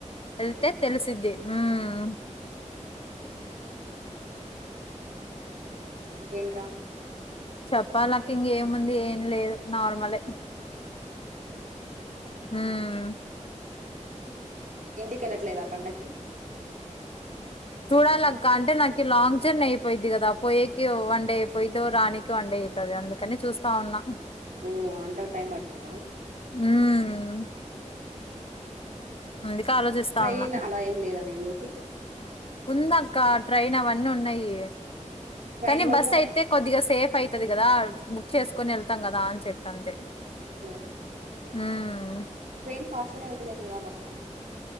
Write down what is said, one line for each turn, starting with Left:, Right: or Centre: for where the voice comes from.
Left: ఏళ్తే తెలిసిద్ది ఊమ్
Right: ఇంకేంట్రా?
Left: చెప్పాలక్క ఇంగేముంది ఏం లేదు. నార్మలే
Right: ఆ
Left: ఊమ్
Right: ఇంటికెళ్ళట్లేదా పండక్కి? <unintelligible>
Left: చూడాలక్క అంటే నాకి లాంగ్ జర్నీ అయిపోయిద్ది కదా పోయేకి వన్ డే పోయితో రానికి వన్ డే అయితది. ఇగ అందుకని చూస్తా ఉన్న
Right: ఓ అంత టైమ్ పడతదా.
Left: ఉమ్ అందుకే ఆలోచిస్తా
Right: ట్రైన్
Left: ఉన్నా
Right: అలా ఏం లేదా మీ ఊరికి
Left: ఉందక్క ట్రైన్ అవన్నీ ఉన్నయి
Right: ట్రైన్
Left: కానీ
Right: లో
Left: బస్
Right: కూడా
Left: అయితే కొద్దిగా సేఫ్ అయితది కదా బుక్ చేసుకుని వెళ్తాం కదా అని చెప్పి అంతే
Right: ఓకే
Left: హ్మ్
Right: ట్రైన్ ఫాస్ట్ గానే వెళ్తదేమోగా బస్ కన్నా